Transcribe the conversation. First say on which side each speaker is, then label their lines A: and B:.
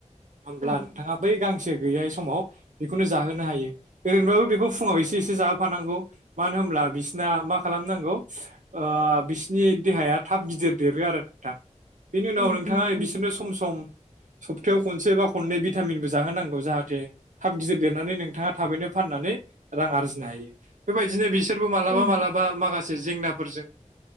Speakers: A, on the right; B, on the right.
A: होमब्ला
B: औ
A: नोंथाङा बै गांसे गैयै समाव बेखौनो जाहोनो हायो ओरैनोबाबो बेखौ फुङाव एसे एसे जाहोफानांगौ मानो होनब्ला बिसना मा खालामनांगौ ओ बिसनि देहाया थाब गिदिर देरो आरो नोंथां बेनि उनाव
B: उम
A: नोंथाङा
B: उम उम
A: बिसोरनो सम सम सप्थायायाव खनसे बा खननै भिटामिनबो जाहोनां गौ जाहाथे थाब गिदिर देरनानै नोंथाङा थाबैनो फाननानै रां आरजिनो हायो बेबायदिनो बिसोर फोरबो मालाबा
B: उम
A: मालाबा माखासे जेंनाफोरजों